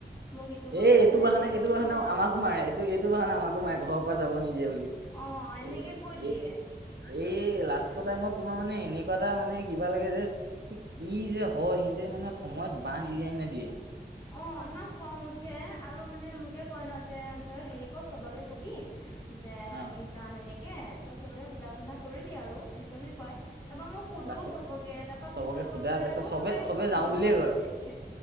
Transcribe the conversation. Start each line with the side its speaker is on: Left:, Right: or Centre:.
Left: মোক ইটো কৰিব
Right: এই
Left: দিয়া
Right: এইটো
Left: নাই
Right: বাহানা
Left: সিটো কৰিব
Right: এইটো বাহানা
Left: দিয়া নাই
Right: আমাকো মাৰে এইটো এইটো বাহানা আমাকো মাৰে ঘৰৰ পৰা যাব নিদিয়ে বুলি
Left: অ এনেকে
Right: এইটো
Left: কৈ দিয়ে।
Right: এই এই লাষ্ট টাইমত তোমাৰ মানে এনেকুৱা এটা মানে কিবা লাগে যে কি যে হয় সিহতে মানে সময়ত। ক ডিজাইন ন দিয়ে।
Left: অ ইমান খং উঠে আৰু মানে মোকে কয় ন যে। তই হেৰি কৰ চবকে কবি যে
Right: অ
Left: আমি যাম এনেকে তাকে তই সবকে সোধা বোধা কৰি দিয় আৰু এনেকে বুলি কয়। তাৰপা মোক সোধো
Right: লাষ্টত
Left: চবকে তাৰপা
Right: চবকে
Left: পিছত
Right: সোধা
Left: গৈ পেলাই
Right: তাৰপিছত
Left: আকৌ চবে
Right: যাওঁ
Left: নোযোৱা
Right: বুলিয়ে কয়
Left: হৈ থাকে